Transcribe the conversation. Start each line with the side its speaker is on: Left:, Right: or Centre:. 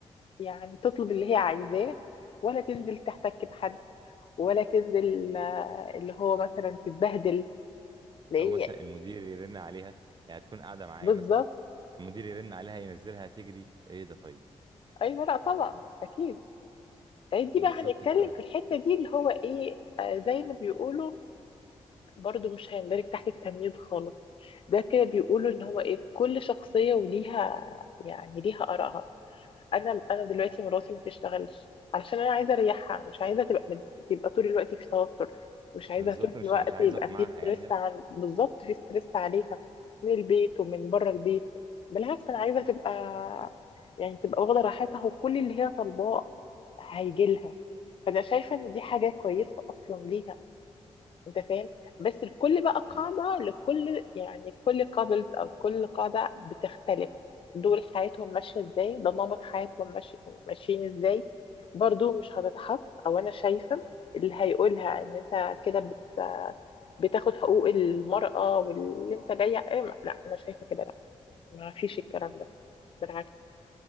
Left: يعني تطلب اللي هي عايزاه ولا تنزل تحتك بحد ولا تنزل آه، اللي هو مثلا تتبهدل لان
Right: او مثلا المدير يرن عليها يعني تكون قاعدة معايا
Left: بالظبط
Right: مثلا المدير يرن عليها ينزلها تجري ايه ده طيب
Left: ايوه لا طبعا اكيد دي
Right: بالظبط
Left: بقى هنتكلم
Right: ف
Left: في الحتة دي اللي هو ايه آه، زي ما بيقولوا برضو مش هيندرج تحت التمييز خالص ده كده بيقولوا ان هو ايه كل شخصية وليها يعني ليها آرائها انا انا دلوقتي مراتي ما بتشتغلش علشان انا عايزة اريحها مش عايزة تبقى تبقى طول الوقت في توتر مش عايزة
Right: بالظبط
Left: طول
Right: مش
Left: الوقت
Right: مش عايز
Left: يبقى
Right: اقمعها
Left: في ستريس
Right: يعني لا
Left: عن بالظبط في ستريس عليها من البيت ومن بره البيت بالعكس انا عايزة تبقى يعني تبقى واخدة راحتها وكل اللي هي طالباه هيجي لها فانا شايفة ان دي حاجة كويسة اصلا ليها انت فاهم بس الكل بقى قاعدة
Right: مم.
Left: لكل يعني كل كابلز او كل قاعدة بتختلف دول حياتهم ماشية ازاي ده نمط حياتهم ماشي ماشيين ازاي برضو مش هتتحط او انا شايفة اللي هيقولها ان انت كده بت بتاخد حقوق المرأة واللي انت جاية ايه ما- لا انا شايفة كده لا ما فيش الكلام ده بالعكس